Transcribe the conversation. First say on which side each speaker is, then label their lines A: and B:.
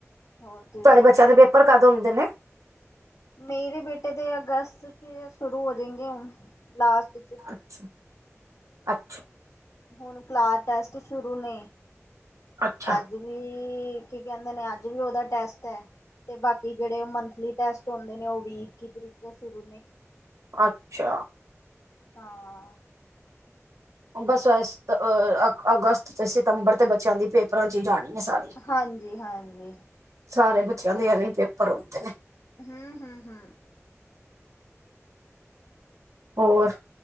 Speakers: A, on the left (about 80°); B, on the right (about 90°).
A: ਹੋਰ, ਤੁਸੀਂ ਸੁਣਾਓ?
B: ਬੱਚਿਆਂ ਤੁਹਾਡੇ, ਪੇਪਰ ਕਦ ਹੁੰਦੇ ਨੇ?
A: ਮੇਰੇ ਬੇਟੇ ਦੇ, ਅਗਸਤ ਚ ਸ਼ੁਰੂ ਹੋ ਜਾਏੰਗੇ, ਹੁਣ ਲਾਸਟ ਚ
B: ਅੱਛਾ ਅੱ
A: ਹੁਣ, ਕਲਾਸ ਟੈਸਟ ਸ਼ੁਰੂ ਨੇ
B: ਅੱਛਾ
A: ਅੱਜ ਵੀ ਕੀ, ਕਹਿੰਦੇ ਨੇ ਅੱਜ ਵੀ, ਉਹਦਾ ਟੈਸਟ ਹੈ। ਤੇ ਬਾਕੀ, ਜਿਹੜੇ ਮੰਥਲੀ ਟੈਸਟ ਹੁੰਦੇ ਨੇ, ਉਹ ਵੀਹ ਇੱਕੀ ਤਰੀਕ ਤੋਂ ਸ਼ੁਰੂ ਨੇ।
B: ਅੱਛਾ।
A: ਹਾਂ।
B: ਬਸ, ਅ <unintelligible> ਅਗਸਤ ਤੇ ਸਤੰਬਰ ਤੇ ਬੱਚਿਆਂ ਦੀ ਪੇਪਰਾਂ 'ਚ ਹੀ ਜਾਣੀ ਹੈ ਸਾਰੀ।
A: ਹਾਂਜੀ- ਹਾਂਜੀ।
B: ਸਾਰੇ, ਬੱਚਿਆਂ ਦੇ ਐਵੀਂ ਪੇਪਰ ਹੁੰਦੇ ਨੇ।
A: ਹੂੰ -ਹੂੰ, ਹੂੰ।
B: ਹੋਰ?